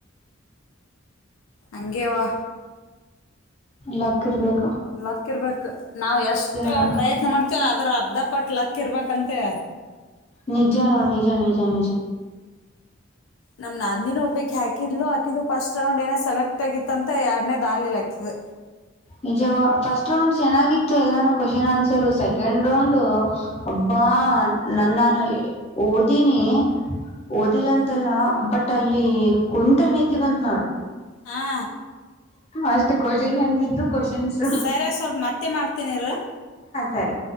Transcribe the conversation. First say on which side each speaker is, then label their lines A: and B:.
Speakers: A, on the left; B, on the left.
A: ಅಂಗೆವಾ
B: ಲಕ್ ಇರಬೇಕು.
A: ಲಕ್ ಇರ್ಬೇಕ ನಾವ್ ಎಷ್ಟು
B: ನೋಡ
A: ಪ್ರಯತ್ನ ಮಾಡ್ತೇವ ಅದರ್ ಅರ್ಧ ಪಟ್ಟ ಲಕ್ಕ್ ಇರ್ಬೇಕಂತೆ.
B: ನಿಜಾನ ನಿಜ ನಿಜಾನ.
A: ನಮ್ ನಾದ್ನಿನು ಒಬ್ಬಕ್ಕಿ ಹಾಕಿದ್ಲು ಆಕಿದು ಫಸ್ಟ್ ರೌಂಡ್ ಏನ ಸೆಲೆಕ್ಟ್ ಆಗಿತ್ತಂತ ಯಾಡನೆದ್ ಆಗ್ಲಿಲ್ಲ ಅಕ್ಕಿದು.
B: ನಿಜ ಫಸ್ಟ್ ರೌಂಡ್ ಚೆನ್ನಾಗಿತ್ತು ಎಲ್ಲಾನು ಕ್ವಷನ್ ಆನ್ಸರ್ ಸೆಕೆಂಡ್ ರೌಂಡು ಅಬ್ಬಾ ಅಬ್ಭಾ ನನ್ನಾನ ಓದೀನಿ ಓದಿಲ್ಲ ಅಂತಲ್ಲ ಬಟ್ ಅಲ್ಲಿ ಕುತ್ರಿ ನಿದ್ದಿ ಬಂತ್ ನೋಡ್.
A: ಹಾ
B: ಅಷ್ಟ ಕ್ವಷನ್ ಹಂಗಿದ್ದು ಕ್ವಷನ್ಸು.
A: ಸರಿ ಸ್ವಲ್ಪ ಮತ್ತೆ ಮಾಡ್ತೀನಿರು.
B: ಸರಿ